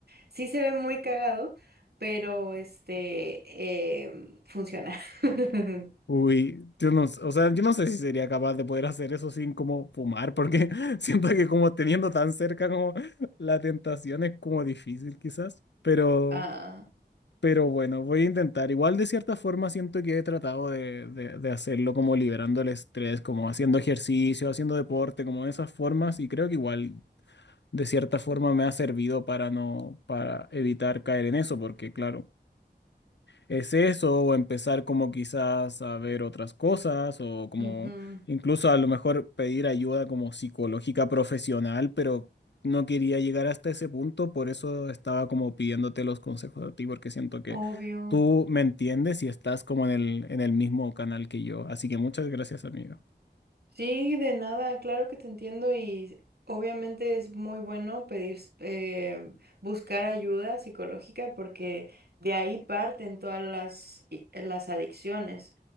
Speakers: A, on the right (about 65°); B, on the left (about 85°).
A: Sí se ve muy cagado pero este em, funciona. <laughs>
B: Uy, yo no, s- o sea, yo no sé si sería capaz de poder hacer eso sin como fumar, porque <laughs> siento que como teniendo tan cerca como la tentación es como difícil quizás, pero,
A: Ah,
B: pero bueno, voy a intentar. Igual de cierta forma siento que he tratado de, de, de hacerlo como liberando el estrés, como haciendo ejercicio, haciendo deporte, como de esas formas, y creo que igual de cierta forma me ha servido para no, para evitar caer en eso, porque claro es eso, o empezar como quizás a ver otras cosas, o como
A: ujú,
B: incluso a lo mejor pedir ayuda como psicológica profesional, pero no quería llegar hasta ese punto, por eso estaba como pidiéndote los consejos a ti, porque siento que
A: obvio.
B: tú me entiendes y estás como en el, en el mismo canal que yo. Así que muchas gracias, amigo.
A: Sí, de nada, claro que te entiendo y obviamente es muy bueno pedir, eh, buscar ayuda psicológica porque de ahí parten todas las, i- las adicciones.